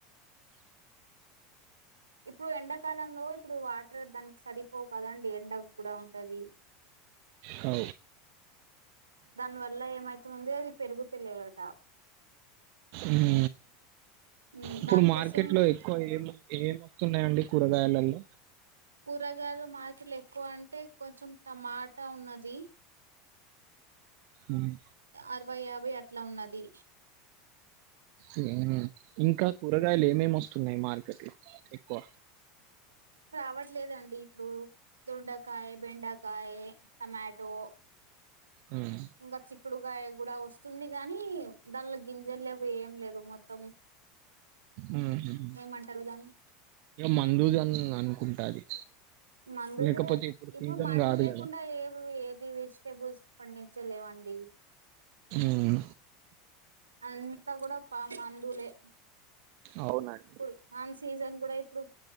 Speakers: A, on the right; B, on the right.
A: ఇప్పుడు ఎండాకాలంలో ఇప్పుడు వాటర్ దానికి సరిపోవు కదండి ఎండ కూడా ఉంటది
B: అ
A: దాని వల్ల ఏమైతు ఉందో అది పెరుగు తెలుగట
B: ఉమ్
A: హ్మ్.
B: ఇప్పుడు
A: దానికోసమే
B: మార్కెట్ లో
A: ఇప్పుడు
B: ఎక్కువ ఏం వస్తున్నాయండి కూరగా గాయలల్లో
A: కూరగాయలలు మార్కెట్లో ఎక్కువ అంటే కొంచెం టమాటా ఉన్నది
B: ఉమ్,
A: అరవై యాభై అట్ల ఉన్నది
B: ఉ హ్మ్ ఇంకా కూరగాయలు ఏమేమి వస్త న్నాయ్ మార్కెట్లో ఎక్కువ
A: అవట్లేదండి ఇప్పుడు దొండకాయ బెండకాయ టమాటో
B: ఉమ్
A: ఇంకా చిక్కుడుకాయ కూడా వస్తుంది గాని దానిలో గింజలు లేవు ఏం లేదు మొత్తం
B: ఉ హ్మ్
A: ఏమంటారు దాన్ని
B: ఇ మందుూజన్ అనుకుంట అది
A: మందుది
B: లేకపోతే
A: ఇప్పుడు
B: సీజన్
A: మందు
B: కాదు
A: లేకుండా
B: కదా
A: ఏవి ఏది వే టేబుల్స్ పండించ లేవండి
B: ఉమ్
A: అంతా కూడా పా మందులే
B: అవునండి
A: ఇప్పుడు ఆన్ సీజన్ కూడా ఇప్పుడు